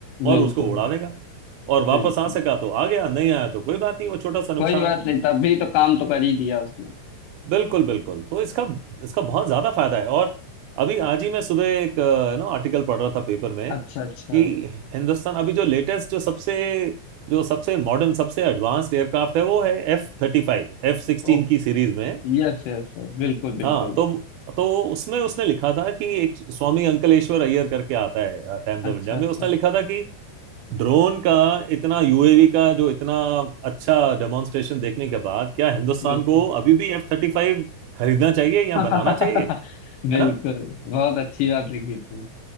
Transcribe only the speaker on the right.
और उसको उड़ा देगा और वापस
आ सका तो आ गया नहीं आया तो कोई बात नहीं वो छोटा सा नुकसान
है
बिल्कुल बिल्कुल तो इसका इसका बहुत ज्यादा फायदा है और अभी आज ही मैं सुबह एक अ, ना आर्टिकल पढ़ रहा था पेपर में
कि हिंदुस्तान अभी जो लेटेस्ट जो सबसे जो सबसे मॉडर्न सबसे एडवांस्ड एयरक्राफ्ट है वो है F thirty five F sixteen
की सीरीज में
हाँ तो तो उसमें उसने लिखा था कि एक स्वामी अंकलेश्वर अय्यर करके आता है टाइम्स
ऑफ इंडिया
में उसने लिखा था कि ड्रोन का इतना यूएवी का जो इतना अच्छा डेमोन्स्ट्रेशन देखने के बाद क्या हिंदुस्तान
को अभी भी एफ थर्टी फाइव खरीदना चाहिए या
बनाना चाहिए
है ना